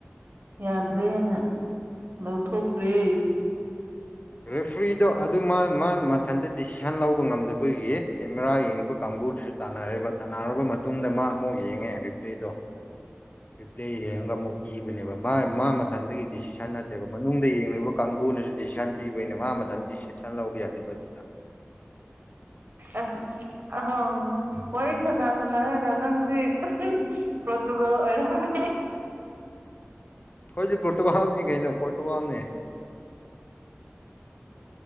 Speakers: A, on the right; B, on the left.
A: ꯌꯥꯗ꯭ꯔꯦꯅ ꯂꯧꯊꯣꯛꯈ꯭ꯔꯦ꯫
B: ꯔꯦꯐ꯭ꯔꯤꯗꯣ ꯑꯗꯨ ꯃꯥ-ꯃꯥꯟ ꯃꯊꯟꯇ ꯗꯤꯁꯤꯖꯟ ꯂꯧꯕ ꯉꯝꯗꯕꯒꯤ ꯀꯦꯃꯦꯔꯥ ꯌꯦꯡꯕ ꯀꯥꯡꯕꯨ ꯕꯨꯗꯨꯁꯨ ꯇꯥꯟꯅꯔꯦꯕ ꯇꯥꯟꯅꯔꯕ ꯃꯇꯨꯡꯗ ꯃꯥ ꯑꯃꯨꯛ ꯌꯦꯡꯉꯦ ꯔꯤꯄ꯭ꯂꯦꯗꯣ꯫ ꯔꯤꯄ꯭ꯂꯦ ꯌꯦꯡꯉꯒ ꯑꯃꯨꯛ ꯄꯤꯕꯅꯦꯕ ꯃꯥ-ꯃꯥ ꯃꯊꯟꯗꯒꯤ ꯗꯤꯁꯤꯖꯟ ꯅꯠꯇꯦꯕ ꯃꯅꯨꯡꯗ ꯌꯦꯡꯂꯤꯕ ꯀꯥꯡꯒꯨꯅꯁꯨ ꯗꯤꯁꯤꯖꯟ ꯄꯤꯕꯩꯅꯦ ꯃꯥ ꯃꯊꯟ ꯗꯤꯁꯤꯖꯟ ꯂꯧꯕ ꯌꯥꯗꯦꯕ ꯑꯗꯨꯗ꯫ <inaudible>
A: ꯎꯝ ꯑ-ꯑꯍꯥꯎ ꯋꯥꯔꯤ ꯁꯅ-ꯁꯅꯔꯒ ꯅꯪꯖꯦ ꯎꯪꯍꯨꯡ ꯄ꯭ꯔꯣꯠꯇꯨꯒꯜ ꯑꯣꯏꯔꯝꯃꯦ꯫
B: ꯈꯣꯏꯁꯨ ꯄ꯭ꯔꯣꯇꯨ ꯍꯥꯎꯁꯅꯦ ꯀꯩꯅꯣ ꯄ꯭ꯔꯣꯇꯨꯒꯜꯅꯦ꯫